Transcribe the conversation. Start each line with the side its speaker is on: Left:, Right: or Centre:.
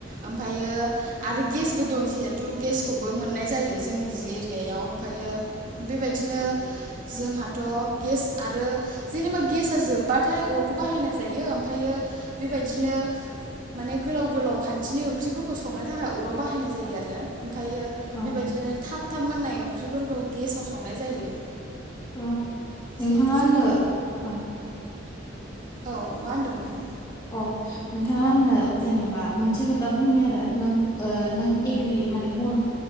Right: ओमफ्रायो आरो गेसबो दं जिहेथु गेसखौबो मोननाय जायो जोंनि एरियायाव ओमफ्रायो बेबायदिनो जोंहाथ' गेस आरो जेनेबा गेसआ जोबबाथाय अरखौ बाहायनाय जायो ओमफ्रायो बेबायदिनो माने गोलाव गोलाव खानथिनि ओंख्रिफोरखौ संनो थाखाय अराव बाहायनाय जायो आरो ओम फायो
Left: अ
Right: बेबायदिनो थाब थाब मोननाय ओंख्रिफोरखौ गेसाव संनाय जायो।
Left: औ नोंथाङा
Right: जिहेथु
Left: आंनो
Right: जोंहा
Left: ओ
Right: औ मा होनदोंमोन
Left: अ नोंथाङा आंनो जेनेबा मोनसे खोथा बुंनो आरो नों नों एग्रि माने गन